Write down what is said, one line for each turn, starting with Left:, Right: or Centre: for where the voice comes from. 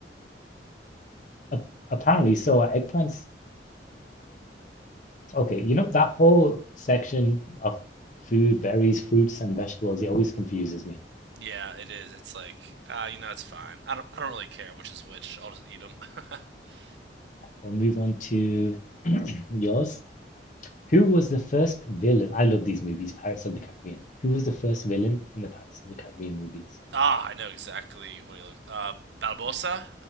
Left: Ap- apparently, so are eggplants. Okay, you know, that whole section of food, berries, fruits, and vegetables, it always confuses me.
Right: Yeah, it is. It's like uh, you know, it's fine. I don't I don't really care which is which. I'll just eat them. <laughs>
Left: We'll move on to yours. Who was the first villain? I love these movies, Pirates of the Caribbean. Who was the first villain in the Pirates of the Caribbean movies?
Right: ah, I know exactly what he looks. Uh, Balbosa.